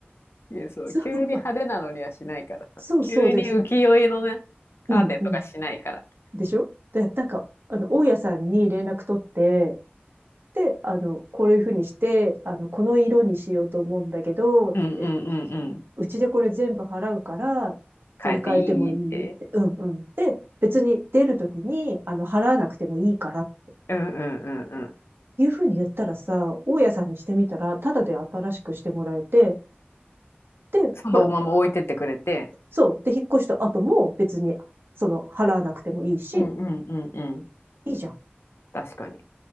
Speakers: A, on the left; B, on the right.
A: いや、そう、
B: そう
A: 急に派手なのにはしないからさ。
B: そうそうです。
A: 急に浮世絵のね、カーテンとかしないから。
B: うんうん。でしょで、なんか、あの、大家さんに連絡取って、で、あの、こういうふうにして、あの、この色にしようと思うんだけど、って、
A: うんうんうんうん。
B: うちでこれ全部払うから、取り替えてもいいって、
A: 変えていいって。
B: うんうん。で、別に出るときに、あの、払わなくてもいいから
A: うんうんうんうん。
B: いうふうに言ったらさ、大家さんにしてみたら、ただで新しくしてもらえて、で、
A: そのまま置いてってくれて。
B: ほら、そう。で、引っ越した後も別に、その、払わなくてもいいし、
A: うんうんうんうん。
B: いいじゃん。
A: 確かに。